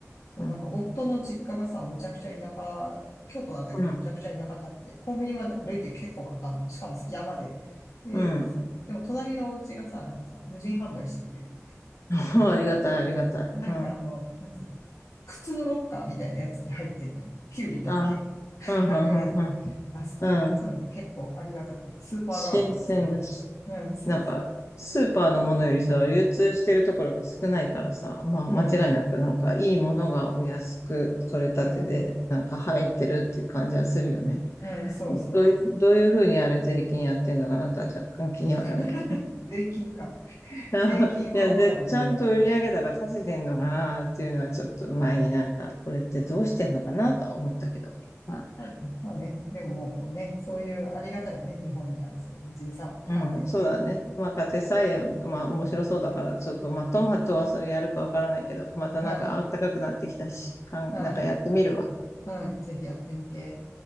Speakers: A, on the left; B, on the left.
A: そう、
B: な。
A: なんか夫の実家がさ、
B: うん。
A: むちゃくちゃ田舎、京都なんだけど、
B: うん。
A: むちゃくちゃ田舎にあって、コンビニまで歩いて結構かかんの。しかも山で。で、
B: うん。うん。
A: でも隣のお家がさ、なんかさ、無人販売してくれてて、
B: <laughs> ありがたい、ありがたい。
A: なんかあの、
B: うん。
A: なんつうの、靴のロッカーみたいなやつに入ってんのよ。キュウリとか、
B: あ、うん、うん、
A: 100円とか、
B: うん、う
A: ナスとか。
B: ん。うん。
A: なんで結構ありがたく、スーパー代わりに使う。
B: 新鮮だし、
A: うん、そうそう。
B: なんか、スーパーのものよりさ、流通してるところが少ないからさ、まあ間違いなくなんかいいものがお安く取れたてでなんか入ってるっていう感じはするよね。
A: うん、うん、うん、そうそう。
B: どういう、どういうふうにあれ税金やってんのかなとは若干気にはなるけど。
A: <laughs> 税金か。
B: <laughs>
A: 税金は思ったことなかったけど。
B: いや、で、ちゃんと売り上げ高立ててんのかなっていうのはちょっと前になんか、これってどうしてんのかなとは思ったけど。まあ
A: まあね、まあねでももうこうね、そういうありがたいよね、日本にあるそういう無人販売とかね。
B: うん、そうだね。まあ、家庭菜園、まあ、面白そうだから、ちょっと、まあ、トマトはそれやるかわからないけど、またなんか暖かくなってきたし、
A: うん、
B: かん、なんかやってみるわ。
A: うん、うん、ぜひやってみて。